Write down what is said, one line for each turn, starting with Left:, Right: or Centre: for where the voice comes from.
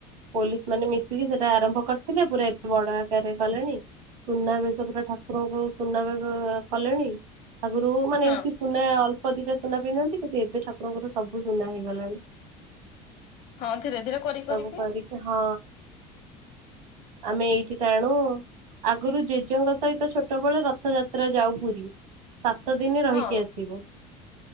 Right: ପୋଲିସ୍ ମାନେ ମିଶିକି ସେଟା ଆରମ୍ଭ କରିଥିଲେ ପୁରା ଏବେ ବଡ଼ ଆକାରରେ କଲେଣି। ସୁନାବେଶ ପୁରା ଠାକୁରଙ୍କୁ ସୁନାବେଶ କଲେଣି ଆଗରୁ ମାନେ
Left: ହଁ
Right: ଏମତି ସୁନା ଅଳ୍ପ ଅଧିକା ସୁନା ପନ୍ଧନ୍ତି କିନ୍ତୁ ଏବେ ଠାକୁରଙ୍କର ସବୁ ସୁନା ହେଇଗଲାଣି।
Left: ହଁ ଧୀରେ ଧୀରେ କରି
Right: ସବୁ
Left: କରି
Right: କରିକି ହଁ ଆମେ ଏଇଠି ଟାଣୁ। ଆଗରୁ ଜେଜେଙ୍କ ସହିତ ଛୋଟ ବେଳେ ରଥଯାତ୍ରା ଯାଉ ପୁରୀ ତା ସାତ ଦିନ ରହିକି
Left: ହଁ
Right: ଆସିବୁ